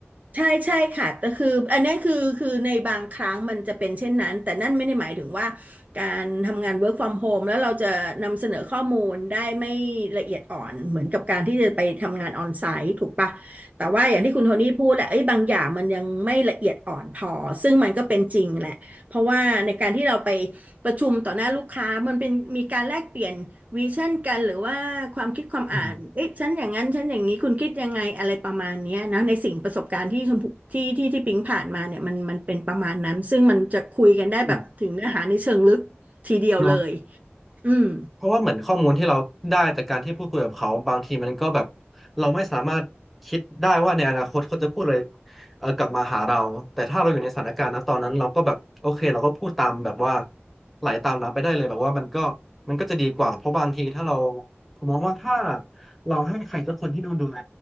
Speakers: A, on the right (about 35°); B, in the centre.
A: ใช่ใช่ค่ะแต่คืออันนี้คือคือในบางครั้งมันจะเป็นเช่นนั้นแต่นั่นไม่ได้หมายถึงว่าการทำงาน work from home แล้วเราจะนำเสนอข้อมูลได้ไม่ละเอียดอ่อนเหมือนกับการที่จะไปทำงานออนไซต์ถูกปะแต่ว่าอย่างที่คุณโทนี่พูดแหละไอ้ยบางอย่างมันยังไม่ละเอียดอ่อนพอซึ่งมันก็เป็นจริงแหละเพราะว่าในการที่เราไป ประชุมต่อหน้าลูกค้ามันเป็นมีการแลกเปลี่ยนวิชั่นกันหรือว่าความคิดความอ่านเอ๊ะฉันอย่างนั้นฉันอย่างนี้คุณคิดยังไงอะไรประมาณเนี้ยนะในสิ่งประสบการณ์ที่ชมพูที่ที่ที่ปิ๊งผ่านมาเนี่ยมันมันเป็นประมาณนั้นซึ่งมันจะคุยกันได้แบบถึงเนื้อหาในเชิงลึกทีเดียวเลย
B: อืมอืมเนาะ
A: อืม
B: เพราะว่าเหมือนข้อมูลที่เราได้จากการที่พูดคุยกับเขาบางทีมันก็แบบเราไม่สามารถคิดได้ว่าในอนาคตเขาจะพูดอะไรเออกลับมาหาเราแต่ถ้าเราอยู่ในสถานการณ์นะตอนนั้นเราก็แบบโอเคเราก็พูดตามแบบว่าไหลตามน้ำไปได้เลยแบบว่ามันก็ <clears throat> มันก็จะดีกว่าเพราะบางทีถ้าเราผมมองว่าถ้า <clears throat> เราให้ใครสักคนที่ดูดูแล